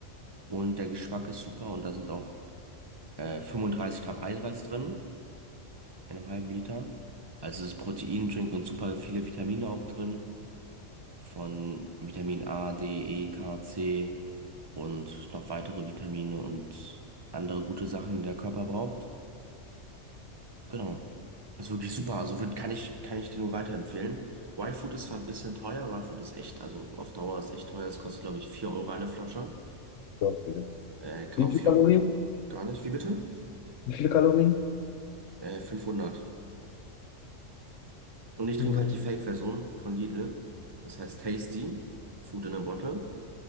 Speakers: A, on the right; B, on the left.
A: Und der Geschmack ist super und da sind auch äh, 35 Gramm Eiweiß drin in einem halben Liter. Also es ist Proteindrink und super viele Vitamine auch drin. Von Vitamin A, D, E, K, C und noch weitere Vitamine und andere gute Sachen, die der Körper braucht. Genau. Ist wirklich super. Also wird, kann ich, kann ich dir nur weiterempfehlen. Wild Food ist zwar ein bisschen teuer, Wild Food ist echt, also auf Dauer ist echt teuer. Es kostet, glaube ich, 4 Euro eine Flasche.
B: doch, Digga.
A: Äh, kaufe
B: Wie viele Kalorien?
A: ich auch gar nicht. Wie bitte?
B: Wie viele Kalorien?
A: Äh, 500. Und ich trinke
B: Ja.
A: halt die Fake-Version von Lidl. Das heißt Tasty, Food in a Bottle.